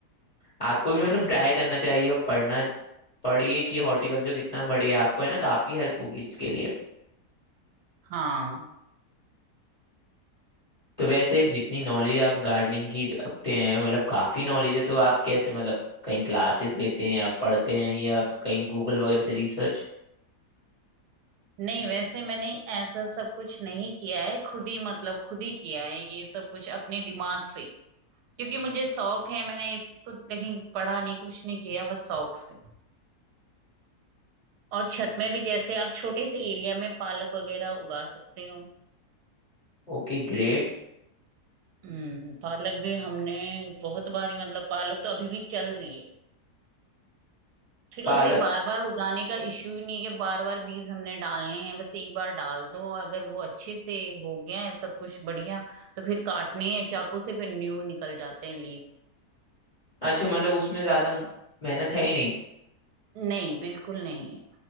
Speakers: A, on the left; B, on the right.
A: आपको भी
B: ओके
A: मतलब ट्राई करना चाहिए और पढ़ना पढ़िए कि हॉर्टिकल्चर कितना बढ़िया है आपको है ना काफी हेल्प होगी इसके लिए
B: हाँ
A: तो वैसे जितनी नॉलेज आप गार्डनिंग की रखते हैं मतलब काफी नॉलेज है तो आप कैसे मतलब कहीं क्लासेस लेते हैं या पढ़ते हैं या कहीं गूगल वगैरह से रिसर्च
B: नहीं वैसे मैंने ऐसा सब कुछ नहीं किया है खुद ही मतलब खुद ही किया है ये सब कुछ अपने दिमाग से क्योंकि मुझे शौक है मैंने इसको कहीं पढ़ा नहीं कुछ नहीं किया बस शौक से और छत में भी जैसे आप छोटे से एरिया में पालक वगैरह उगा सकते हो
A: Okay great
B: हम्म पालक भी हमने बहुत बारी मतलब पालक तो अभी भी चल रही है फिर
A: पालक
B: उसे बार बार उगाने का इश्यू ही नहीं है कि बार बार बीज हमने डालने हैं बस एक बार डाल दो अगर वो अच्छे से हो गया है सब कुछ बढ़िया तो फिर काटने हैं चाकू से फिर न्यू निकल जाते हैं लीव
A: अच्छा मतलब उसमें ज्यादा मेहनत है ही नहीं
B: नहीं बिल्कुल नहीं है